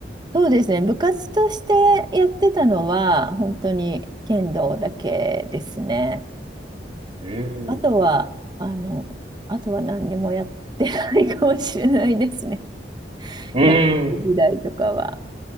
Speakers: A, on the right (about 25°); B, on the right (about 45°).
A: そうですね。部活としてやってたのは、本当に剣道だけですね。
B: うん。
A: あとは、あの、あとは何にもやってないかもしれないですね。
B: うん。
A: 学生時代とかは。